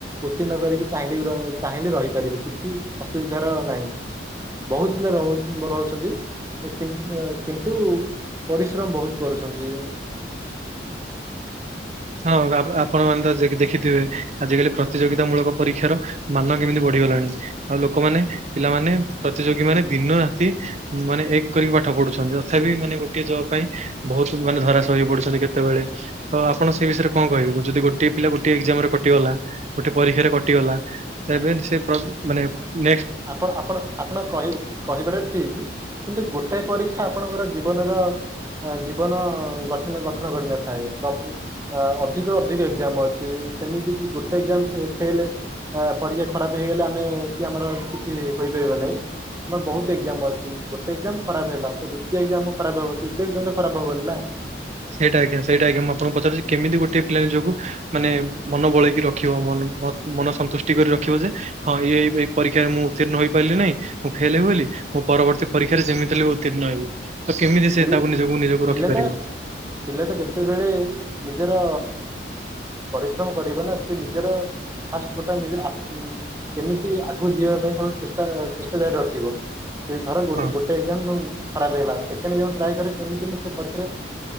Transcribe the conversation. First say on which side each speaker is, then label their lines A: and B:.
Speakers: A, on the right; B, on the right.
A: ଉତ୍ତିର୍ଣ୍ଣ କରିକି, ଚାହିଁଲେ ବି ର ଚାହିଁଲେ ରହିପାରିବେ କିଛି ଅସୁବିଧା ଧାର ନାହିଁ ବହୁତ ପିଲା ରହୁ ରହୁଛନ୍ତି <unintelligible> କିନ୍ତୁ ପରିଶ୍ରମ ବହୁତ କରୁଛନ୍ତି।
B: ହଁ ଆପଣ ଆପଣମାନେ ତ ଦେଖିଥିବେ, ଆଜିକାଲି ପ୍ରତିଯୋଗିତା ମୂଳକ ପରୀକ୍ଷାର ମାନ କେମିତି ବଢିଗଲାଣି। ଆଉ ଲୋକମାନେ ପିଲାମାନେ ପ୍ରତିଯୋଗୀମାନେ, ଦିନ ରାତି ମାନେ ଏକ କରିକି ପାଠ ପଢୁଛନ୍ତି। ତଥାପି ମାନେ ଗୋଟେ ଜବ୍ ପାଇଁ ବହୁତ ମାନେ ଧରାସ ହେ ପଡୁଛନ୍ତି କେତେବେଳେ ତ ଆପଣ ସେ ବିଷୟରେ କଣ କହିବେ? ଯଦି ଗୋଟଏ ପିଲା ଗୋଟେ ଏକଜାମ ରେ କଟିଗଲା, ଗୋଟେ ପରୀକ୍ଷାରେ କଟିଗଲା। ତେବେ ସେ <unintelligible> ମାନେ ନେ
A: ଆପଣ ଆପଣ ଆପଣ କହିବେ କହିବାଟା ଠିକ, କିନ୍ତୁ ଗୋଟାଏ ପରୀକ୍ଷା ଆପଣଙ୍କର ଜୀବନର ଜୀବନ ଗଠନ ଗଠନ କରିନଥାଏ, ତ ଅଧିକ ଅଧିକ ଏକ୍ଜାମ ଅଛି। ସେମିତି ବି ଗୋଟେ ଏକ୍ଜାମ ଫେ ଫେଲେ ଆ ପଢିଆକୁ ଖରାପ ହେଇଗଲେ ଆମେ କି ଆମର କିଛି ହୋଇପାରିବା ନାହିଁ। ଆମର ବହୁତ ଏକ୍ଜାମ ଅଛି, ଗୋଟେ ଏକ୍ଜାମ ଖରାପ ହେଲା ତ ଦ୍ୱିତୀୟ ଏକ୍ଜାମ ଖରାପ ହବ ତୃତୀୟ ଏକ୍ଜାମ ତ ଖରାପ ହବନି ନା
B: ସେଇଟା ଆଜ୍ଞା ସେଇଟା ଆଜ୍ଞା ମୁଁ ଆପଣଙ୍କୁ ପଚାରୁଛି, କେମିତି ଗୋଟେ ପ୍ଲେ ଯୋଗୁ ମାନେ ମନ ବଳେଇକି ରଖିବ ମନ ମନ ସନ୍ତୁଷ୍ଟି କରି ରଖିବ ଯେ ହଁ ଏଇ ଏଇ ପରୀକ୍ଷାରେ ମୁଁ ଉତ୍ତୀର୍ଣ୍ଣ ହୋଇପାରିଲି ନାହିଁ। ମୁଁ ଫେଲ ହେବି ବୋଲି ମୁଁ ପରବର୍ତ୍ତୀ ପରୀକ୍ଷାରେ ଯେମିତି ହେଲେ ଉତ୍ତୀର୍ଣ୍ଣ ହେବି, ତ କେମିତି ସେ
A: ପିଲା
B: ତାକୁ ନିଜକୁ ନିଜକୁ
A: ପିଲାଟା
B: ରଖିପାରିବ
A: ପିଲାଟା ଯେତେବେଳେ ନିଜର ପରିଶ୍ରମ କରିବା ନା ସେ ନିଜର ଫାଷ୍ଟ ଗୋଟା ନିଜ କେମିତି ଆଗକୁ ଯିବା ପାଇଁ ସବୁ ଚେଷ୍ଟା ଚେଷ୍ଟା ଜାରି ରଖିବ। ସେ ଧର ଗୋଟେ
B: ହଁ
A: ଗୋଟେ ଏକଜାମ ଖରାପ ହେଇଗଲା <unintelligible> କଣ ଟ୍ରାଏ କରେ କେମିତି ମୁଁ ସେ ପରୀକ୍ଷାରେ